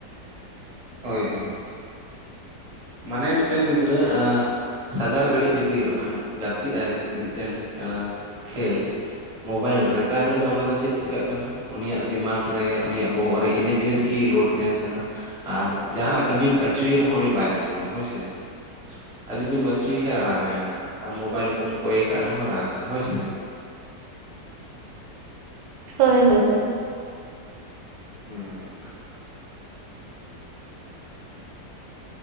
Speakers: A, on the right; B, on the right.
A: ᱦᱳᱭ ᱦᱳᱭ ᱾ ᱢᱟᱱᱮ ᱢᱤᱫᱴᱟᱹᱱ ᱜᱤᱫᱽᱨᱟᱹ ᱟ ᱥᱟᱜᱟᱲ ᱜᱷᱟᱹᱲᱤᱡ ᱡᱩᱫᱤ ᱚᱱᱟ ᱜᱟᱛᱮᱜ ᱟᱭ ᱢᱤᱫᱴᱮᱱ ᱠᱷᱮᱞ ᱢᱳᱵᱟᱭᱤᱞ ᱨᱮ ᱛᱟᱦᱚᱞᱮ ᱫᱚ ᱚᱱᱟ ᱫᱚ ᱪᱮᱫ ᱪᱮᱠᱟᱜ ᱠᱟᱱᱟ? ᱩᱱᱤᱭᱟᱜ ᱫᱤᱢᱟᱠ ᱨᱮ ᱩᱱᱤᱭᱟᱜ ᱵᱚᱦᱚᱜ ᱨᱮ ᱤᱱᱟᱹ ᱡᱤᱱᱤᱥ ᱠᱤ ᱞᱳᱰ ᱛᱟᱦᱮᱱ ᱠᱟᱱᱟ? ᱟᱨ ᱡᱟᱦᱟᱱᱟᱜ ᱠᱟᱹᱢᱤᱢ ᱟᱹᱪᱩᱭᱮ ᱨᱮᱦᱚᱸ ᱩᱱᱤ ᱵᱟᱭ ᱟᱸᱡᱚᱢᱟ ᱦᱳᱭᱥᱮ ᱟᱨ ᱡᱩᱫᱤᱢ ᱟᱹᱪᱩᱭᱮ ᱠᱷᱟᱡ ᱨᱟᱜᱟᱭ ᱱᱟᱦᱟᱜ ᱟᱨ ᱢᱳᱵᱟᱭᱤᱞ ᱠᱚᱢ ᱠᱚᱭ ᱠᱟᱜ ᱦᱚᱸ ᱨᱟᱜᱟ ᱦᱳᱭᱥᱮ
B: ᱦᱳᱭ ᱦᱳᱭ ᱦᱳᱭ ᱾
A: ᱦᱩᱸ